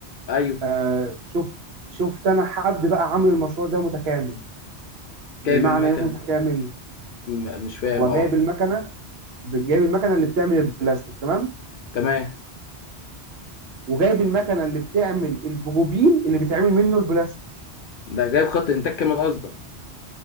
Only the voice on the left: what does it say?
ايوه
جايب المكنه
م- مش فاهم
اه
تمام
ده جايب خط انتاج كامل قصدك